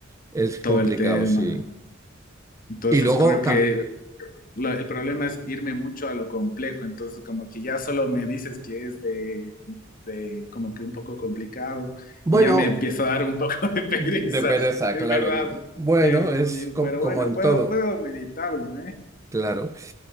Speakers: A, on the right (about 15°); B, on the left (about 45°).
A: Es complicado,
B: todo el tema.
A: sí.
B: Entonces,
A: Y luego,
B: creo
A: tam-
B: que lo- el problema es irme mucho a lo complejo, entonces como que ya solo me dices que es de, de como que un poco complicado
A: bueno,
B: y ya me empieza a dar un poco <laughs> de pereza,
A: de pereza,
B: en
A: claro.
B: verdad.
A: Bueno,
B: Pero,
A: es co-
B: pero
A: como
B: bueno,
A: en
B: puedo,
A: todo,
B: puedo meditarlo, ¿eh?
A: claro.